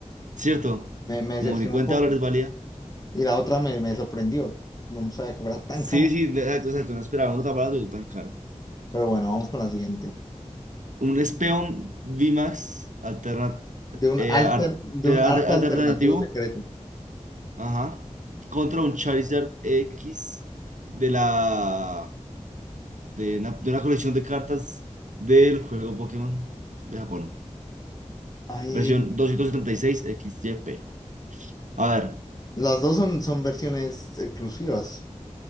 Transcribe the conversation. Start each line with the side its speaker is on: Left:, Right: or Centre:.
Right: ¿Cierto?
Left: Me, me decepcionó
Right: Como 50
Left: un poco.
Right: dólares valía.
Left: Y la otra me, me sorprendió. No sabía que fuera tan
Right: Sí,
Left: cara.
Right: sí, exacto, exacto. No esperaba uno tan barato y tan caro.
Left: Pero bueno, vamos con la siguiente.
Right: Un Speon VMAX alterna-
Left: de un
Right: eh,
Left: alter,
Right: arte-
Left: de un arte
Right: alter-
Left: alternativo
Right: alternativo.
Left: secreto.
Right: Ajá. Contra un Charizard X de la de una, de una colección de cartas del juego Pokémon de Japón.
Left: Ahí,
Right: Versión 276 XYP. A ver.
Left: las dos son, son versiones exclusivas.